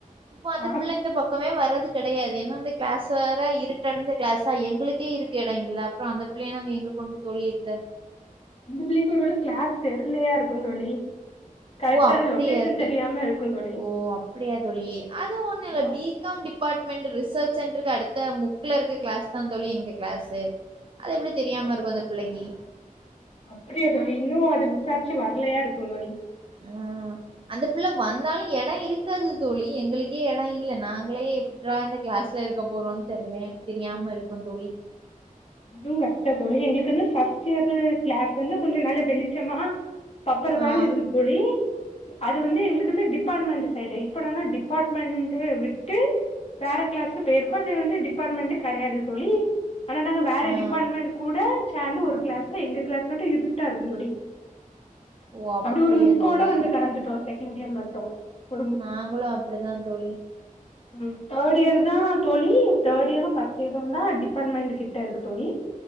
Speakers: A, on the right; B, on the left.
A: இப்போ அந்த
B: ஆ
A: புள்ள இந்த பக் பக்கமே வர்றது கெடையாது ஏன்னா அந்த கிளாஸ் வேர இருட்டடைந்த கிளாஸா எங்களுக்கே இருக்க எடோ இல்ல அப்புறோ அந்த புள்ளைய நாங்க எங்க கொண்டு தோழி இருத்த
B: அந்த பிள்ளைக்கு ஒருவேல கிளாஸ் தெரிலையா இருக்குன் தோழி கரெக்டான
A: ஓ அப்டியா
B: லொகேஷன்
A: தோழி
B: தெரியாம இருக்கு தோழி
A: ஓ அப்டியா தோழி அது ஒண்ணு இல்ல
B: அ
A: B com department research சென்டருக்கு அடுத்த முக்ல இருக்கற கிளாஸ் தா தோழி எங்க கிளாஸு அது எப்பிடி தெரியாம இருக்கு அந்த புள்ளைக்கி
B: அப்பிடியா தோழி இன்னு அது விசாரிச்சு வரலையா இருக்கு தோழி
A: அ அந்த புள்ளை வந்தாலு எடோ இருக்காது தோழி எங்களுக் கே எடோ இல்ல நாங்களே எப்ட்றா இந்த கிளாஸ்ல இருக்க போறோ தெர்ல தெரியாம இருக்கோ தோழி
B: அதுவு கரெக்ட் தா தோழி எங்களுக்கு வந்து ஃபஸ்ட்டியரு கிளாஸ் கொஞ்சோ கொஞ்சோ நல்ல வெளிச்சமா பப்பறபானு
A: ஆ
B: இருந்து தோழி அது வந்து எங்களுக்கு வந்து டிபார்ட்மெண்ட் சைடு இப்ப நாங்க டிபார்ட்மெண்ட விட்டு வேற கிளாஸ்க்கு போயிருக்கோ அது வந்து டிபார்ட்மெண்ட் கெடையாது தோழி ஆனா நாங்க
A: ஆ
B: டிபார்ட்மென்ட் கூட சேந்து ஒரு கிளாஸ்ல எங்க கிளாஸ் மட்டு இருட்டா இருக்கு‌ தோழி
A: ஓ அப்டியா
B: அப்பிடி ஒரு முக்கோட
A: தோழி
B: வந்து கடந்துட்டோ செகண்ட்டியர் மட்டு ஒரு
A: நாங்களு அப்படிதா தோழி
B: உங்களுக்கு தேர்ட் இயர் தா தோழி தேர்ட் இயரு ஃபர்ஸ்ட் இயரு தா டிபார்ட்மெண்ட் கிட்ட இருக்கு தோழி